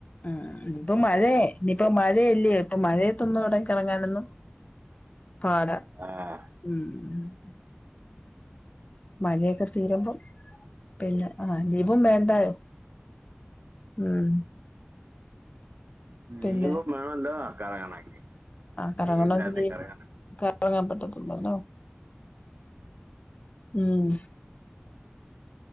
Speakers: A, on the left; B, on the right.
A: ഉ ഇപ്പ മഴയ ഇനിയിപ്പ മഴല്ല്യോ ഇപ്പ മഴ ന്നട കിണങ്ങാനൊന്നും പാട <unintelligible>
B: ആഹ
A: ഉം മഴയൊക്കെ തീരുമ്പൊ പിന്നെ ആ ലീവും വേണ്ടായൊ ഉം പിന്നെ
B: ലീവും വേണമല്ലോ കറങ്ങണമെങ്കിൽ
A: കറങ്ങണോങ്കിനി
B: ലീവ് ഇല്ലാതെ കറങ്ങണം
A: ഉറങ്ങാൻ പറ്റത്തില്ലല്ലോ ഉം